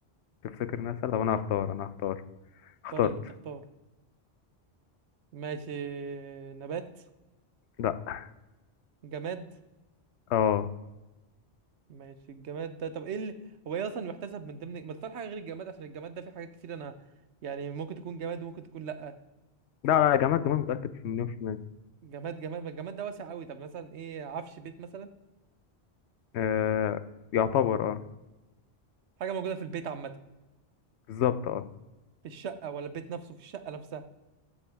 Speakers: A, on the left; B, on the right.
A: تفتكر انها سهله طب انا هختار انا هختار
B: اختار
A: اخترت
B: اللي بتختار ماشي نبات
A: لا
B: جماد
A: اه
B: ماشي الجماد ده طب ايه اللي هو ايه اصلا يحتسب من ضمن ما تختار حاجة غير الجماد عشان الجماد ده فيه حاجات كتير انا يعني ممكن تكون جماد وممكن تكون لا
A: لا لا يا جماعه الجمال متاكد في مليون في المية
B: جماد جماد ما الجماد ده واسع قوي طب مثلا ايه عفش بيت مثلا
A: آه يعتبر اه
B: حاجه موجوده في البيت عامه
A: بالظبط اه
B: في الشقه ولا البيت نفسه في الشقه نفسها